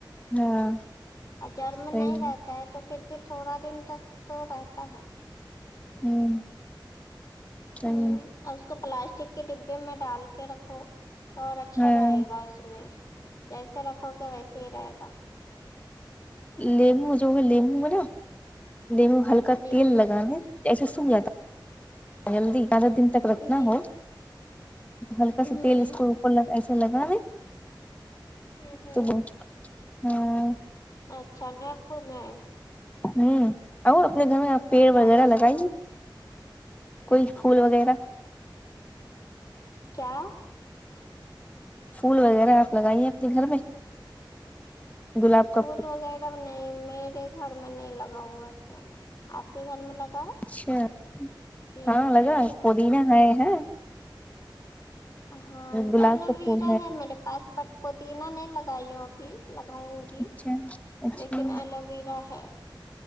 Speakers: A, on the left; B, on the left.
A: ہاں
B: اور جڑ میں
A: صحیح
B: نہیں رہتا ہے تو پھر بھی تھوڑا دن تک تو رہتا ہے
A: ہوں صحیح
B: ہوں اور اس کو پلاسٹک کے ڈبے میں ڈال کے رکھو تو اور اچھا
A: ہاں
B: رہے گا اس میں جیسے رکھو گے ویسے ہی رہے گا
A: لیمو جو لیمو میں نا لیمو ہلکا
B: جی
A: تیل
B: جی
A: لگانا جسے سوکھ جاتا جلدی زیادہ دن تک رکھنا
B: جی
A: ہو ہلکا
B: ہوں
A: سا تیل اس کو ایسے لگا دے
B: ہ ہوں
A: تو ب ہاں
B: اچھا نیمبو میں
A: ہوں اور اپنے گھر میں آپ پیڑ وغیرہ
B: اچھا
A: لگائیے کوئی پھول وغیرہ
B: کیا
A: پھول وغیرہ آپ لگائیے اپنے گھر میں گلاب کا
B: پھول وغیرہ نہیں میرے گھر میں نہیں لگا ہوا ہے پھول آپ کے گھر میں لگا ہے
A: اچھا
B: جی
A: ہاں لگا پودینہ ہے ہ
B: ہاں
A: گلاب
B: ایلو
A: کا
B: ویرا
A: پھول
B: ہے میرے پاس بٹ پودینہ نہیں لگائی ہوں ابھی لگاؤں گی
A: اچھا
B: کی
A: اچھا
B: لیکن ایلو ویرا ہے